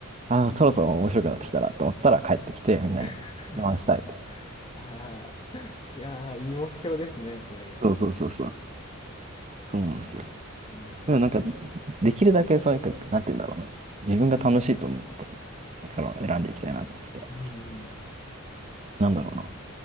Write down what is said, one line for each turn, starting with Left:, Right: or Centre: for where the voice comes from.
Right: ああ、そろそろ面白くなってきたなと思ったら帰ってきて、みんなに話したいって。
Left: <laughs> ああ、いやー、いい目標ですね、それ。
Right: そうそうそうそう。そうなんですよ。
Left: うん。
Right: でもなんか、できるだけそういうか、なんて言うんだろうな。自分が楽しいと思うことを、これからは選んでいきたいなと思ってて。
Left: うんうんう
Right: なんだろうな。